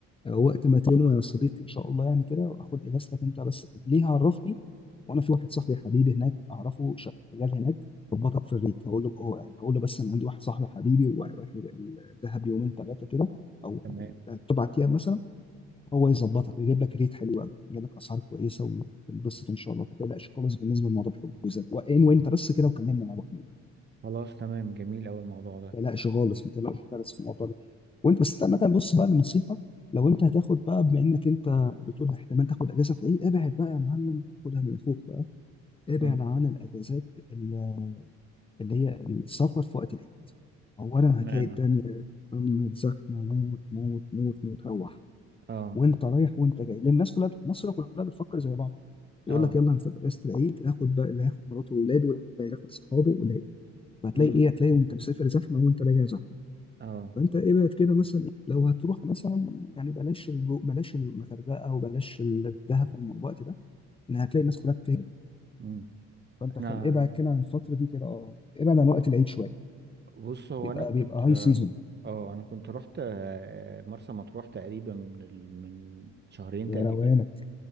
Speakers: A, on the left (about 20°); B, on the right (about 35°).
A: آه، وقت ما تنوي يا صديقي ان شاء الله يعني كده خد اجازتك انت بس ليه عرفني وانا في واحد صاحبي حبيبي هناك اعرفه شغال هناك ظبطك في الريت هقول له هو- هقول له بس انا عندي واحد صاحبي حبيبي ورايح الدهب يومين ثلاثه كده او
B: تمام
A: اربع ايام مثلا هو يظبطك ويجيب لك ريت حلو قوي يجيب لك اسعار كويسه وتنبسط ان شاء الله ما تقلقش خالص بالنسبه لموضوع الحجوزات وان وانت بس كده وكلمني يا ابو حميد
B: خلاص تمام جميل أوي الموضوع
A: ما تقلقش خالص ما تقلقش خالص في الموضوع ده وانت بس انت عامه بص بقى لنصيحه لو انت هتاخد بقى بما انك انت بتقول احتمال تاخد اجازه في العيد ابعد بقى يا معلم خدها من اخوك بقى ابعد
B: ده
A: عن الاجازات ال- اللي هي السفر في وقت العيد اولا
B: معنى
A: هتلاقي الدنيا يا محمد زحمه موت موت موت موت روح
B: اه
A: وانت رايح وانت جاي لان الناس كلها مصر كلها بتفكر زي بعض
B: اه
A: يقول لك يلا انا في اجازه العيد هاخد بقى اللي هياخد مراته واولاده واللي هياخد اصحابه وده فهتلاقي
B: امم
A: ايه هتلاقي وانت مسافر زحمه وانت راجع زحمه
B: اه
A: فانت ابعد كده مثلا إيه؟ لو هتروح مثلا يعني بلاش الجو بلاش الغردقه وبلاش الدهب في الوقت ده لان هتلاقي الناس كلها بتهلك
B: امم
A: فانت
B: انا
A: خل ابعد كده عن الفتره دي كده اه ابعد عن وقت العيد شويه
B: بص هو
A: بيبقى
B: انا كنت
A: بيبقى هاي سيزون
B: اه انا كنت رحت آه، مرسى مطروح تقريبا من ال- من شهرين
A: يا
B: تقريبا
A: روانك